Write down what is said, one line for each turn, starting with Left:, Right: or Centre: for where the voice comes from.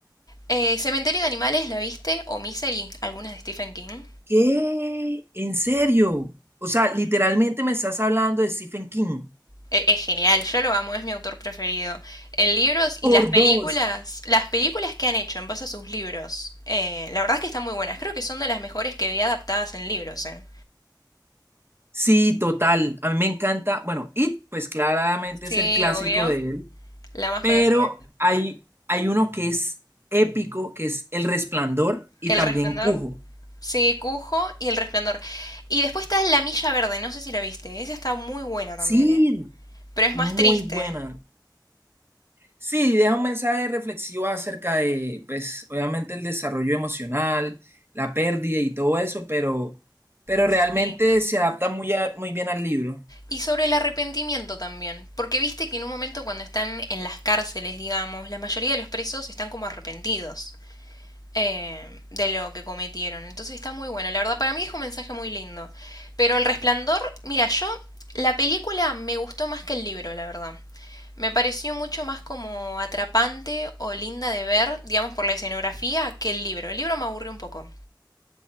Left: Eh, Cementerio de Animales, ¿la viste? O Misery, algunas de Stephen King.
Right: ¿Qué? ¿En serio? O sea, literalmente me estás hablando de Stephen King.
Left: E- Es, genial, yo lo amo, es mi autor preferido. En libros
Right: Por
Left: y las películas,
Right: dos.
Left: las películas que han hecho en base a sus libros, eh, la verdad es que están muy buenas. Creo que son de las mejores que vi adaptadas en libros, eh.
Right: Sí, total. A mí me encanta. Bueno, It, pues claramente
Left: Sí,
Right: es el clásico
Left: obvio.
Right: de él,
Left: La más
Right: pero
Left: conocida.
Right: hay, hay uno que es épico, que es El Resplandor y
Left: El
Right: también
Left: Resplandor.
Right: Cujo.
Left: Sí, Cujo y El Resplandor. Y después está La Milla Verde, no sé si la viste. Esa está muy buena también,
Right: Sí,
Left: ¿eh? Pero es
Right: muy
Left: más triste.
Right: buena. Sí, deja un mensaje reflexivo acerca de, pues, obviamente el desarrollo emocional, la pérdida y todo eso, pero, pero
Left: Sí.
Right: realmente se adapta muy, a- muy bien al libro.
Left: Y sobre el arrepentimiento también, porque viste que en un momento cuando están en las cárceles, digamos, la mayoría de los presos están como arrepentidos. eh, de lo que cometieron. Entonces está muy bueno. La verdad, para mí es un mensaje muy lindo. Pero El Resplandor, mira, yo la película me gustó más que el libro, la verdad. Me pareció mucho más como atrapante o linda de ver, digamos, por la escenografía, que el libro. El libro me aburrió un poco,